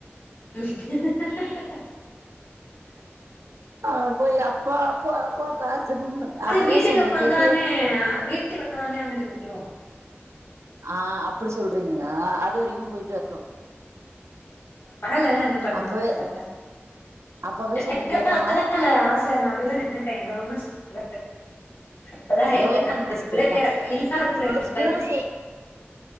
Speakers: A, on the left (about 60°); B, on the right (about 85°).
A: உம் <inaudible>
B: அவே போய் அப்பா அப்பா அப்பா டார்ச்சர் பண்ணனு
A: அது
B: அப்பவே
A: வீட்டுக்கு
B: சொன்னே
A: வந்தோனே
B: கேட்டியே நீ
A: வீட்டுக்கு வந்த ஒன்னே அங்கிட்டு விட்ருவோ
B: ஆ அப்டி சொல்றீங்களா அது வரைக்கு போயிட்டு வரட்டு
A: பகலல்லா என்ன பண்ண
B: அப்பவே
A: போறாங்க
B: அப்பவே
A: <inaudible>
B: சொன்னே கேக்காம
A: இல்ல இல்ல ஆஸ் சே நா அப்டிதா நின்னுட்டே கவர்மெண்ட் ஸ்கூல்ல இப்பதா <inaudible>
B: கவர்மெண்ட்
A: இல்லாத புள்ளைய
B: ஸ்கூல் தா இல்ல
A: போய்
B: ஸ்கூல்